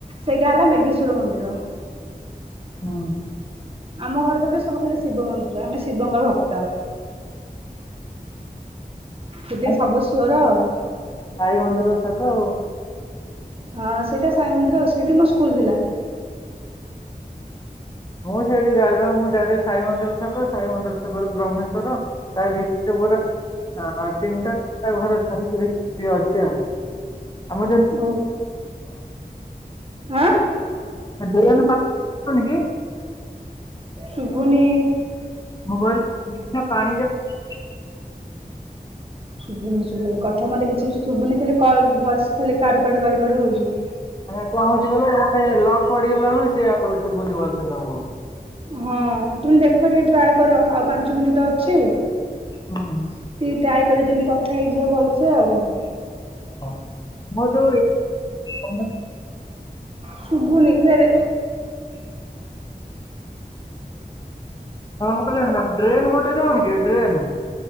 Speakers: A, on the right (about 35°); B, on the left (about 25°).
A: ସେଇଟା ହେଲା ମେଘେଶ୍ଵର ମନ୍ଦିର।
B: ହଁ
A: ଆମ ଘର ପାଖେ ସବୁ ଖାଲି ଶିବ ମନ୍ଦିର ଆମେ ଶିବଙ୍କର ଭକ୍ତ। ସେଠି
B: ହୁଁ
A: ସବୁ ସ୍ଵର ଆଉ
B: ସାଇ ମନ୍ଦିର ଛକ ଆଉ।
A: ହଁ ସେଇଟା ସାଇ ମନ୍ଦିର ସେଇଠି ମୋ ସ୍କୁଲ ଥିଲା।
B: ମୁଁ ସେଇଠି ଯାଇବା ମୁଁ ଡାଇରେଟ ସାଇ ମନ୍ଦିର ଛକ ସାଇ ମନ୍ଦିର ଛକରୁ ବ୍ରହ୍େଶଵର ଭିତରେ ତିନିଟା ଘର ଛାଡିକି ଅଛି ଆଉ ଆମ <inaudible>
A: ଓହୋ ଆଁ
B: ଦେ ପାଣି ନ କି <inaudible>
A: ଶୁଭୁନି।
B: ମୁଗ ପାଣିରେ <inaudible>
A: <inaudible> ଶୁଭୁନି କଥା ମତେ କିଛି ଶୁବୁନି ଖାଲି କଲ୍ ଭସ୍ ଖାଲି କାଡୁ କାଡୁ ହଉଛି।
B: <unintelligible> ପଡିଗଲାଣି ସେ ଆଉ ଶୁଭୁନି ଭଲସେ ତାଙ୍କୁ।
A: ହଁ ତୁମେ ଦେଖ ଟିକେ ଟ୍ରାଲ୍ କର ଆଉ ପାଞ୍ଚ ମିନିଟ୍ ତ ଅଛି। ଟିକେ
B: ହୁଁ ହୁଁ
A: ଟାଇ କରିବା ଯେମିତି କଥା ହେଇଯିବା ଭଲସେ ଆଉ
B: <unintelligible>
A: ଶୁଵୁନି ଫେରେ
B: ହଁ ମୁଁ କହିଲି ଡ୍ରେନ୍ ଗୋଟେ ଯାଉନି କି ଡ୍ରେନ୍?